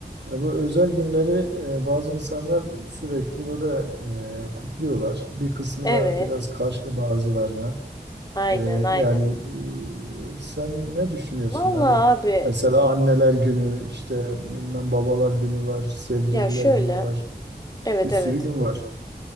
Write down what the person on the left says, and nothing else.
Evet.
Aynen
aynen.
Vallahi
abi
ya şöyle.
Evet
evet.